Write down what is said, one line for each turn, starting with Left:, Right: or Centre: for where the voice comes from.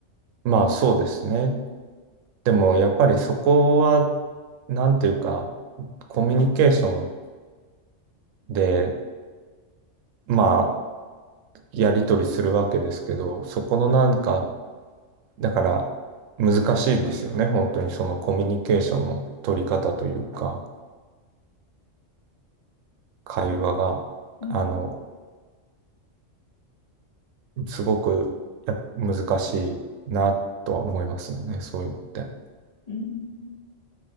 Right: まあ、そうですね。でもやっぱりそこは、なんていうか、コミュニケーションで、まあ、やり取りするわけですけど、そこのなんか、だから難しいですよね、本当にそのコミュニケーションの取り方というか、会話が、
Left: う
Right: あの、
Left: んうん
Right: すごくやっ難しいなとは思いますよね、そういうのって。
Left: うん